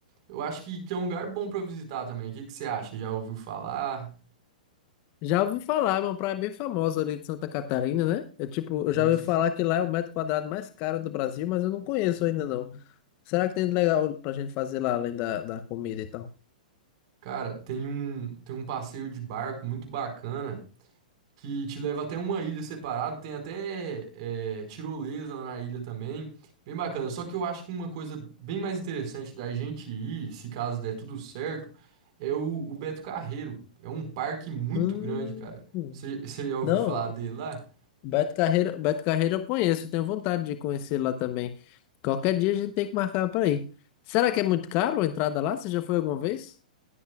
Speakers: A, on the right (about 50°); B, on the left (about 40°).
A: Eu acho que, que é um lugar bom pra visitar também. O que que você acha? Já ouviu falar?
B: Já ouvi falar, é uma praia bem famosa ali de Santa Catarina, né? Eu, tipo, eu
A: Isso.
B: já ouvi falar que lá é o metro quadrado mais caro do Brasil, mas eu não conheço ainda, não. Será que tem de legal pra gente fazer lá, além da, da comida e tal?
A: Cara, tem um, tem um passeio de barco muito bacana. que te leva até uma ilha separada. Tem até é, tirolesa lá na ilha também. Bem bacana. Só que eu acho que uma coisa bem mais interessante da gente ir, se caso der tudo certo, é o, o Beto Carreiro. É um parque muito
B: Hum.
A: grande, cara. Você você já ouviu
B: Não,
A: falar dele lá?
B: Beto Carreiro, Beto Carreiro eu conheço, tenho vontade de conhecer lá também. Qualquer dia a gente tem que marcar pra ir. Será que é muito caro a entrada lá? Você já foi alguma vez?